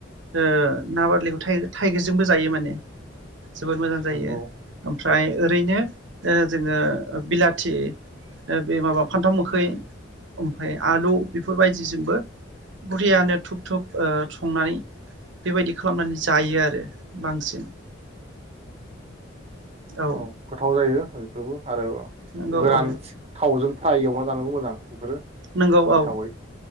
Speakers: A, on the right; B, on the right.
A: ओ ना बारलिखौ थाइग-थाइगिरजोंबो जायो माने। जोबोद मोजां जायो।
B: नंगौ
A: ओमफ्राय ओरैनो ओ जोङो बिलाथि ओ बे माबा फान्थाव मोखै ओमफाय आलु बेफोरबायदिजोंबो बुरियानो धुब धुब ओ संनानै बेबायदि खालामनानै जायो आरो बांसिन। औ
B: अ गोथाव जायो। यैफोरबो। आरो
A: नंगौ
B: गोरान
A: औ
B: थावजों। फ्राय <unintelligible> जानोबो मोजां इफोरो
A: नंगौ
B: गोथावै।
A: औ